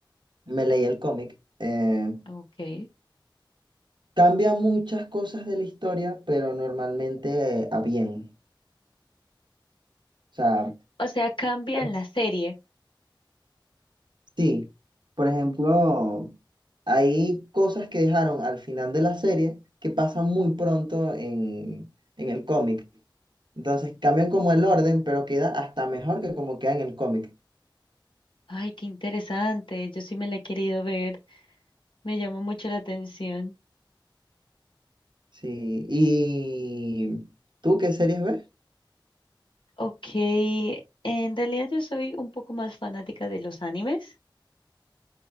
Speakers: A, on the right; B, on the left.
A: me leí el cómic, eh,
B: Ok.
A: cambia muchas cosas de la historia, pero normalmente eh, a bien. O sea,
B: O sea, cambian
A: pues,
B: la serie.
A: sí, por ejemplo, hay cosas que dejaron al final de la serie que pasan muy pronto en, en el cómic. Entonces cambian como el orden, pero queda hasta mejor que como queda en el cómic.
B: Ay, qué interesante. Yo sí me la he querido ver. Me llamó mucho la atención.
A: Sí. ¿Y tú qué series ves?
B: Ok, en realidad yo soy un poco más fanática de los animes,